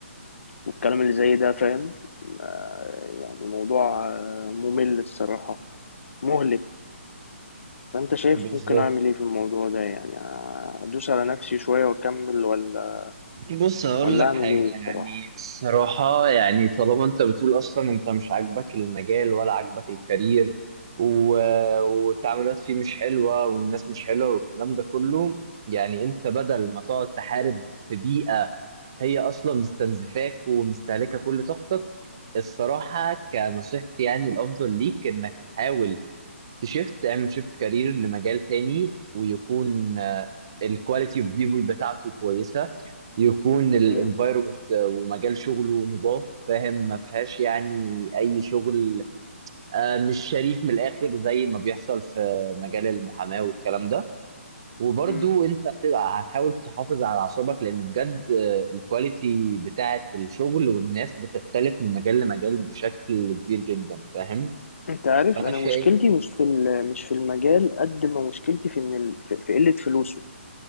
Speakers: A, on the left; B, on the right.
A: والكلام اللي زي ده فاهم آه، يعني موضوع آه، ممل الصراحة مهلك فأنت شايف
B: بالظبط
A: ممكن أعمل إيه في الموضوع ده يعني آه، أدوس على نفسي شوية وأكمل ولا
B: بص هقول
A: ولا
B: لك
A: أعمل
B: حاجة
A: إيه الصراحة
B: يعني الصراحة يعني طالما انت بتقول اصلا انت مش عاجبك المجال ولا عاجبك الكارير و... والتعاملات فيه مش حلوة والناس مش حلوة والكلام ده كله يعني انت بدل ما تقعد تحارب في بيئة هي اصلا مستنزفاك ومستهلكة كل طاقتك الصراحة كنصيحتي يعني الافضل ليك انك تحاول تشيفت اعمل شيفت كارير لمجال تاني ويكون الكواليتي اوف بيبول بتاعته كويسه يكون الانفايرمنت
A: مم.
B: ومجال شغله نضاف فاهم ما فيهاش يعني اي شغل آه، مش شريف من الاخر زي ما بيحصل في مجال المحاماه والكلام ده وبرضو
A: مم.
B: انت هتبقى هتحاول تحافظ على اعصابك لان بجد آه، الكواليتي بتاعه الشغل والناس بتختلف من مجال لمجال بشكل كبير جدا فاهم
A: أنت عارف
B: فانا
A: أنا
B: شايف
A: مشكلتي مش في ال- مش في المجال قد ما مشكلتي في إن ال- في في قلة فلوسه